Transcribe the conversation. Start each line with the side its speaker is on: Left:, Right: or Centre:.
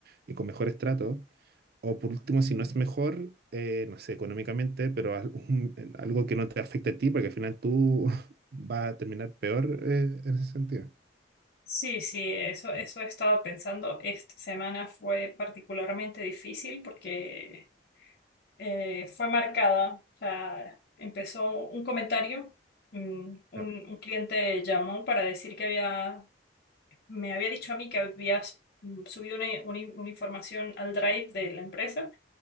Right: y con mejores tratos. O por último, si no es mejor, eh, no sé, económicamente, pero al- un- en algo que no te afecte a ti, porque al final tú <laughs> vas a terminar peor, eh, en ese sentido.
Left: Sí, sí, eso, eso he estado pensando. Esta semana fue particularmente difícil porque eh, fue marcada. O sea, empezó un comentario, mm, un,
Right: Claro.
Left: un cliente llamó para decir que había, me había dicho a mí que habías mm, subido una, una- una información al Drive de la empresa